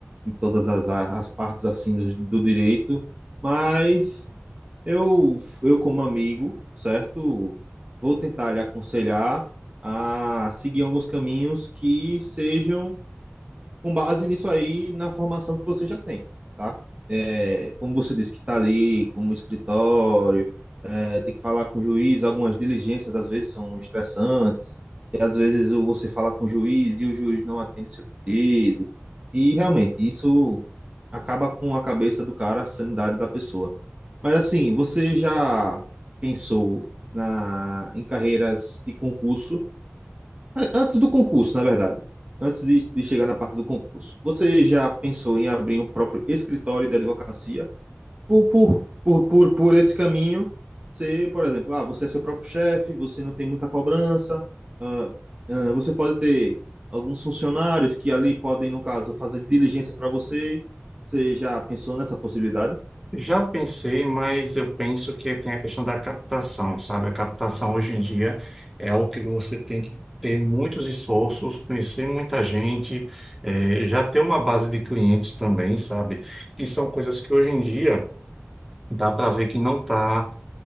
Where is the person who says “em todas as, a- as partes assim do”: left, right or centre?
Right